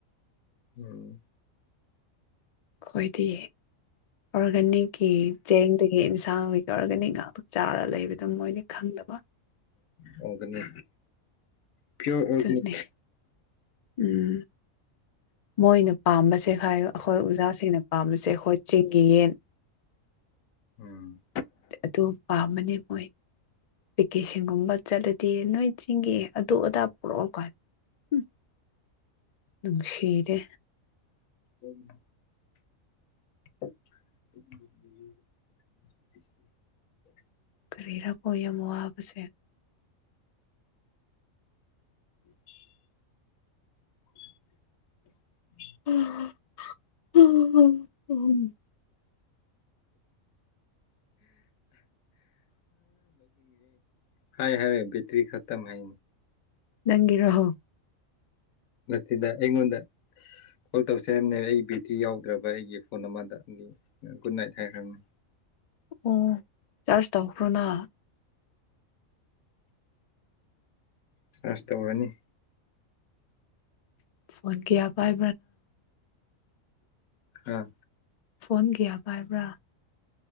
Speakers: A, on the left; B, on the left.
A: ꯎꯝ
B: ꯈꯣꯏꯗꯌꯦ ꯑꯣꯔꯒꯥꯅꯤꯛꯀꯤ ꯆꯦꯡꯗꯒꯤ ꯑꯦꯟꯁꯥꯡꯒꯤ ꯑꯣꯔꯒꯥꯅꯤꯛ ꯉꯥꯛꯇ ꯆꯥꯔꯒ ꯂꯩꯕꯗ ꯃꯣꯏꯅ ꯈꯪꯗꯕ
A: ꯑꯣꯔꯒꯅꯤ ꯄꯤꯌꯣꯔ ꯑꯣꯔꯒꯅꯤ
B: ꯑꯗꯨꯅꯦ ꯎꯝ ꯃꯣꯏꯅ ꯄꯥꯝꯕꯁ ꯆꯦꯛꯈꯥꯏ ꯑꯩꯈꯣꯏ ꯑꯣꯖꯥꯁꯤꯡꯅ ꯄꯥꯝꯕꯁꯦ ꯑꯩꯈꯣꯏ ꯆꯤꯡꯒꯤ ꯌꯦꯟ
A: ꯎꯝ
B: ꯑꯗꯨ ꯄꯥꯝꯕꯅꯤ ꯃꯣꯏ ꯚꯦꯀꯦꯁꯟꯒꯨꯝꯕ ꯆꯠꯂꯗꯤ ꯅꯣꯏ ꯆꯤꯡꯒꯤ ꯑꯗꯨ ꯑꯗꯥ ꯄꯨꯔꯛꯑꯣꯀ ꯎꯝ ꯅꯨꯡꯁꯤꯔꯦ
A: ꯎꯝ <inaudible>
B: ꯁꯔꯤꯔꯀꯣ ꯌꯥꯝ ꯃꯋꯥꯕꯁ
A: <inaudible>
B: <inaudible>
A: ꯑꯥ ꯍꯥꯏ ꯍꯥꯏ ꯕꯇꯔꯤ ꯈꯇꯝ ꯍꯥꯏ
B: ꯅꯪꯒꯤꯔꯍꯣ
A: ꯅꯠꯇꯗ ꯌꯦꯉꯣꯟꯗ ꯀꯣꯜ ꯇꯧꯖꯝꯅꯦ ꯑꯩ ꯕꯦꯇ꯭ꯔꯤ ꯌꯥꯎꯗ꯭ꯔꯕ ꯑꯩꯒꯤ ꯐꯣꯟ ꯑꯃꯗ ꯒꯨꯗ ꯅꯥꯏꯠ ꯍꯥꯏꯈ꯭ꯔꯕꯅꯦ
B: ꯑꯣ ꯆꯥꯔꯖ ꯇꯧꯈ꯭ꯔꯣꯅ
A: ꯆꯁ ꯇ ꯑꯣꯏꯅꯤ
B: ꯐꯣꯟ ꯀꯌꯥ ꯄꯥꯏ
A: ꯑꯥ
B: ꯐꯣꯟꯒꯌꯥ ꯀꯥꯏꯕ꯭ꯔꯥ